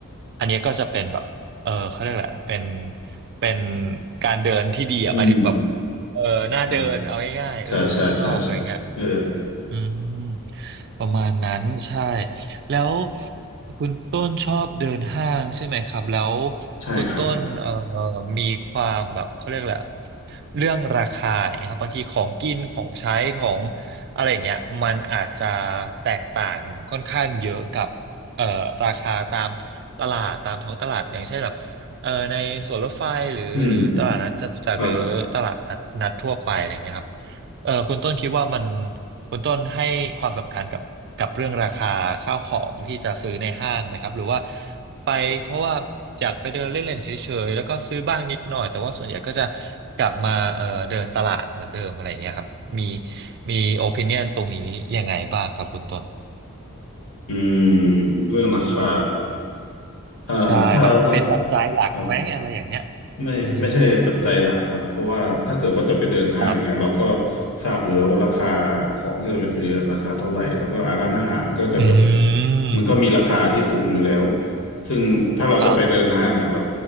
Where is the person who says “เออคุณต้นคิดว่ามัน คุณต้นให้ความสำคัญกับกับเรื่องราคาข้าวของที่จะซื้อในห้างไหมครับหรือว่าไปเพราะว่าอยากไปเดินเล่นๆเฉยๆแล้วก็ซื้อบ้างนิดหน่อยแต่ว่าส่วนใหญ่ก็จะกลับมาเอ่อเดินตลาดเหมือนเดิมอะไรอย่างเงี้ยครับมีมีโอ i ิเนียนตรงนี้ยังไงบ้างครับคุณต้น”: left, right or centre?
Right